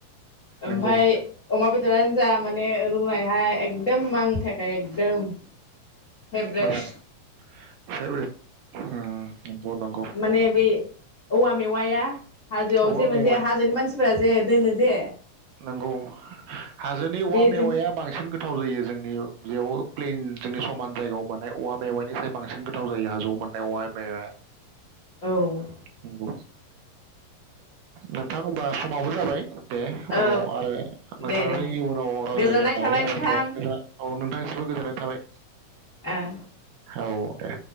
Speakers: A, on the left; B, on the right.
A: ओमफ्राय
B: नंगौ
A: अमा बेदर आंनो जा माने रुायहाय ए एकदम माननि थाखाय एकदम फेब्रेद
B: मोजां <unintelligible> उम नंगौ नंगौ
A: माने बै औवा मेवाया हाजोआव
B: औवा
A: जे मोन
B: मेवाइ
A: जे हाजोनि मानसिफोरा जे दोनो जे
B: नोंगौ हाजोनि औवा
A: बेजों
B: मेवाया बांसिन गोथाव जायो जों बेयाव प्लेन जोंनि समान जायगायाव मोननाय औवा मेवानि स बांसिन गोथाव जायो हाजोआव मोननाय औवा मेवाया।
A: औ
B: नोंगौ। नोंथां होबा समावबो जाबाय दे। उनाव
A: औ
B: आरो नोंथांजों
A: दे दे
B: इयुनाव रायज्लायगोन
A: गोजोननाय
B: होननानै
A: थाबाय
B: आसा
A: नोंथां
B: थाबाय औ। दासिबो गोजोननाय थाबाय।
A: ओ
B: औ दे